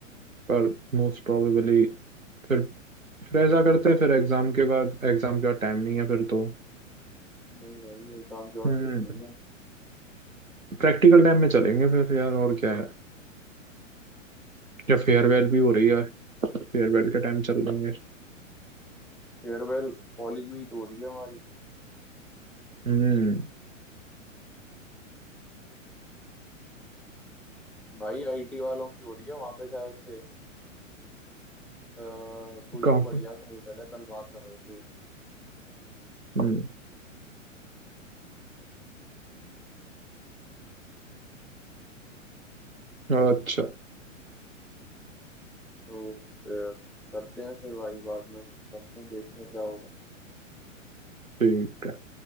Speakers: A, on the right; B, in the centre.
A: पर मोस्ट प्रोबेबली फिर फिर ऐसा करते हैं फिर एग्जाम के बाद एग्जाम के बाद टाइम नहीं है फिर तो
B: नहीं भाई अभी शाम के बाद
A: हम्म
B: कुछ नहीं है
A: प्रैक्टिकल टाइम में चलेंगे फिर यार और क्या या फेयरवेल भी हो रही है फेयरवेल का टाइम चल रही है
B: फेयरवेल कॉलेज में ही तो हो रही है हमारी
A: हम्म
B: भाई आईटी वालों की हो रही है वहां पे शायद से आ, कोई
A: काफी
B: तो बढ़िया सा होटल है कल बात कर रहे थे
A: हम्म अच्छा
B: तो फिर करते हैं फिर भाई बाद में करते हैं देखते हैं क्या होगा
A: ठीक है